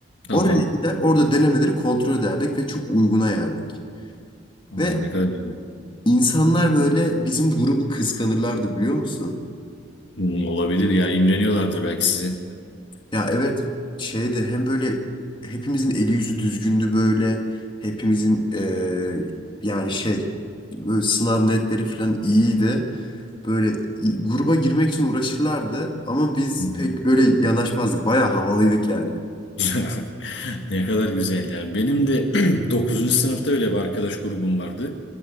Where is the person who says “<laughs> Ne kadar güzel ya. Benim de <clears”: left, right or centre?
Left